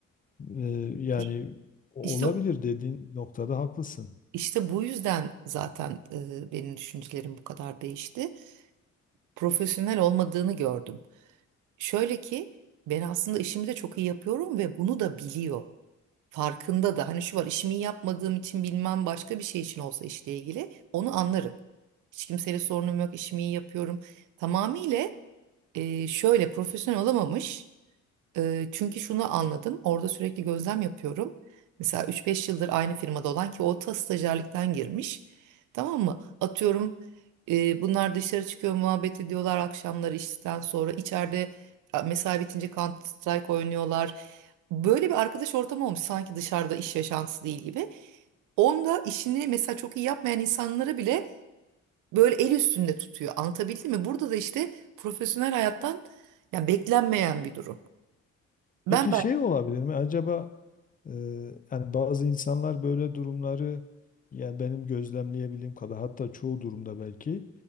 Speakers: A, on the left; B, on the right.
A: E, yani
B: İş-
A: o-
B: İşte
A: olabilir dediğin noktada haklısın.
B: işte bu yüzden zaten e, benim düşüncelerim bu kadar değişti. profesyonel olmadığını gördüm. Şöyle ki ben aslında işimi de çok iyi yapıyorum ve bunu da biliyor. Farkında da hani şu var işimi iyi yapmadığım için bilmem başka bir şey için olsa işle ilgili onu anlarım. Hiç kimseyle sorunum yok işimi iyi yapıyorum. Tamamıyla e, şöyle profesyonel olamamış. Eee, çünkü şunu anladım. Orada sürekli gözlem yapıyorum. Mesela 3-5 yıldır aynı firmada olan ki o ta stajyerlikten girmiş. Tamam mı? Atıyorum eee, bunlar dışarı çıkıyor muhabbet ediyorlar akşamları işten sonra. içeride a, mesai bitince Counter Strike oynuyorlar. Böyle bir arkadaş ortamı olmuş sanki dışarıda iş yaşantısı değil gibi. Onda işini mesela çok iyi yapmayan insanları bile böyle el üstünde tutuyor. Anlatabildim mi? Burada da işte profesyonel hayattan ya beklenmeyen bir durum. Ben
A: Peki şey olabilir mi? Acaba e, yani bazı insanlar böyle durumları ya benim gözlemleyebildiğim kadar hatta çoğu durumda belki